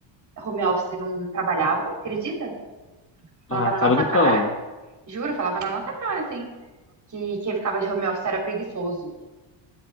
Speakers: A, on the right (about 40°); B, on the left (about 30°).
A: home office não trabalhava, acredita? Falava
B: Ah,
A: na
B: tá
A: nossa
B: brincando.
A: cara, juro, falava na nossa cara, assim, que quem ficava de home office era preguiçoso,